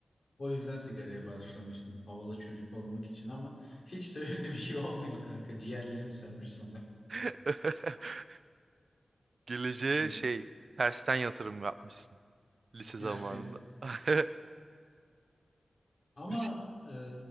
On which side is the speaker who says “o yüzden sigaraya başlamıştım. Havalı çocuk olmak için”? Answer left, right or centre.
Left